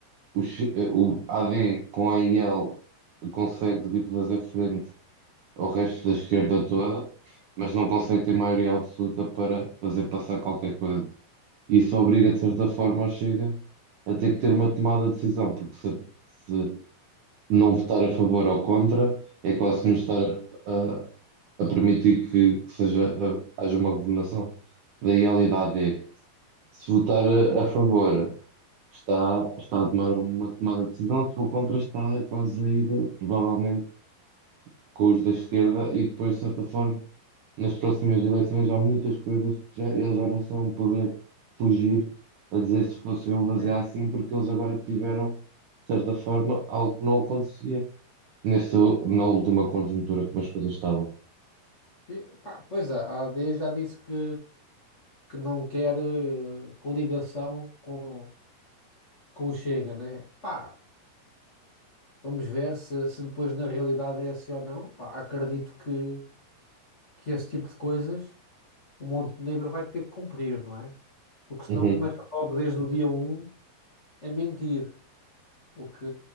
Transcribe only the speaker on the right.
o, X- eh, o AD com a IL consegue tipo, fazer frente ao resto da esquerda toda, mas não consegue ter maioria absoluta para fazer passar qualquer coisa. Isso obriga, de certa forma, ao Chega a ter que ter uma tomada de decisão, porque se, se não votar a favor ou contra, é quase como estar a, a- a permitir que, que seja, a- haja uma governação da IL e da AD. Se votar a a favor está, está a tomar uma tomada de decisão, se for contra, está quase a ir, provavelmente, com os da esquerda, e depois, de certa forma, nas próximas eleições há muitas coisas que já, eles já não são um poder fugir a dizer se fosse eu fazer
assim, porque eles agora tiveram, de certa forma, algo que não acontecia nesta, u- na última conjuntura como as coisas estavam.
Uhum.